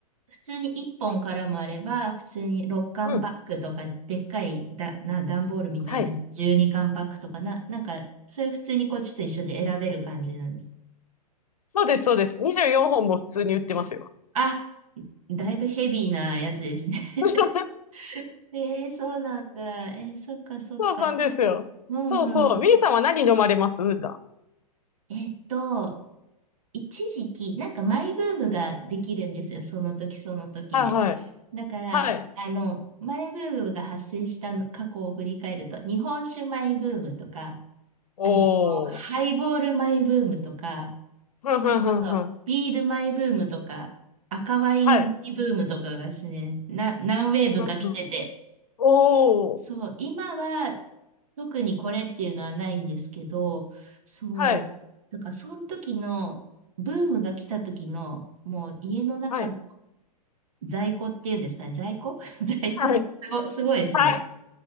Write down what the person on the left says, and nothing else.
うん。
はい。
そうです、そうです。24本も普通に売ってますよ。
<laughs>
そうなんですよ。
そうそう。ミーさんは何飲まれます普段。
はいはい。
はい。
おー。
ふんふんふんふん。
<laughs> はい。
ふんふん。おー。
はい。
はい。
はい。
はい。